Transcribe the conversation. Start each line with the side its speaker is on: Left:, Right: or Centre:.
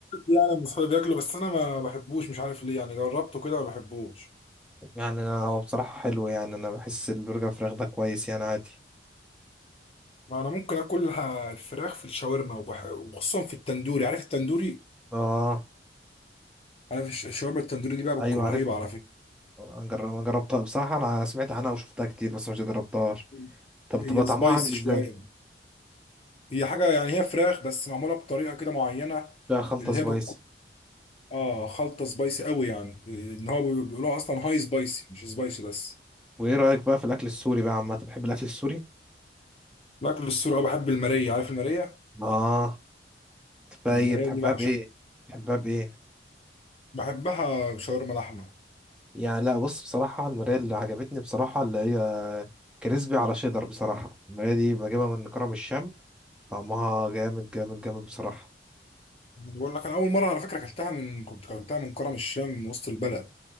Left: يعني من اصحابي بياكله بس انا ما بحبوش مش عارف ليه يعني جربته كده ما بحبوش
Centre: يعني انا هو بصراحه حلو يعني انا بحس البرجر الفراخ ده كويس يعني عادي
Left: انا ممكن اكل ه- الفراخ في الشاورما وبح- وخصوصا في التندوري عارف التندوري
Centre: اه
Left: عارف الش- الشاورما التندوري دي بقى
Centre: ايوه
Left: بتكون رهيبه
Centre: عارف
Left: على فكره
Centre: أنا جر- أنا جربتها بصراحه انا سمعت عنها وشفتها كتير بس مش جربتهاش
Left: مم.
Centre: طب بتبقى
Left: هي
Centre: طعمها
Left: سبايسي
Centre: عامل ازاي
Left: شويه هي حاجه يعني هي فراخ بس معموله بطريقه كده معينه
Centre: فيها خلطه
Left: اللي
Centre: سبايس
Left: هي بتكون اه خلطه سبايسي قوي يعني ان هو بي- بيقولوها اصلا هاي سبايسي مش سبايسي بس
Centre: وايه رايك بقى في الاكل السوري بقى عامه بتحب الاكل السوري
Left: باكل السوري اه بحب الماريه عارف الماريه
Centre: اه طب
Left: الماريه
Centre: إيه، بتحبها
Left: دي بعشق
Centre: بايه بتحبها بايه
Left: بحبها بشاورما لحمه
Centre: يعني لا بص بصراحة المراية اللي عجبتني بصراحة اللي هي كريسبي على شيدر بصراحة المراية دي بجيبها من كرم الشام طعمها جامد جامد جامد بصراحة
Left: بقول لك انا اول مره على فكره اكلتها من كنت اكلتها من كرم الشام من وسط البلد